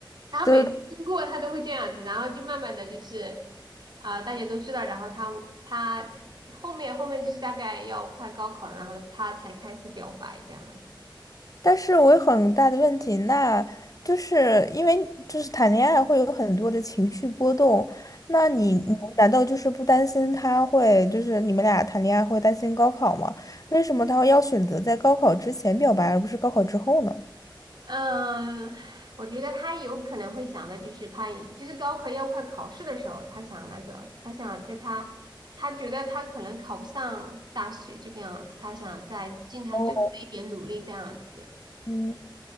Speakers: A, on the right; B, on the left.
A: 然后每次经过他都会这样子，
B: 对对，
A: 然后就慢慢的就是啊、大家都知道，然后他他后面后面就是大概要快高考了，然后他才开始表白这样子。
B: 但是我有很大的问题，那就是因为就是谈恋爱会有很多的情绪波动，那你你难道就是不担心他会就是你们俩谈恋爱会担心高考吗？为什么他要选择在高考之前表白，而不是高考之后呢？
A: 嗯，我觉得他有可能会想的就是怕，就是高考要快考试的时候，他想那个，他想在他他觉得他可能考不上大学这个样子，他想再尽他最后的一点努力这样子。
B: 哦，嗯